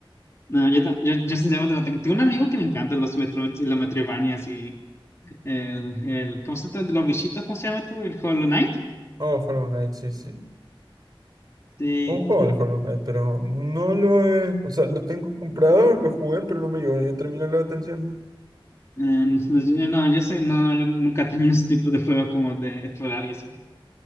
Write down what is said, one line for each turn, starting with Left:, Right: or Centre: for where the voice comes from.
Left: No, yo, ta- yo, yo sinceramente no tengo. Tengo un amigo que le encanta los Metro y los Metroidvanias y el, el ¿cómo se llama? Los bichitos, ¿cómo se llama esto? El Hollow Knight.
Right: Oh, Hollow Knight, sí, sí.
Left: Sí.
Right: Un juego de Hollow Knight, pero no lo he... O sea, lo tengo comprado, lo jugué, pero no me llegó. Yo terminé la atención.
Left: eh, no, yo no, yo soy, no, yo nunca <laughs> termino ese tipo de juegos como de explorar y eso.